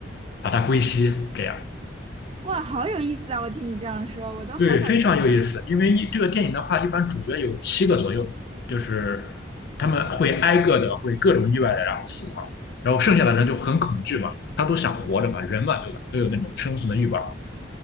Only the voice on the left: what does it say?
把它归西，这样
对，非常有意思。因为一这个电影的话，一般主角有七个左右，就是他们会挨个的会各种意外的然后死亡，然后剩下的人就很恐惧嘛，他都想活着嘛，人嘛对吧，都有那种生存的欲望。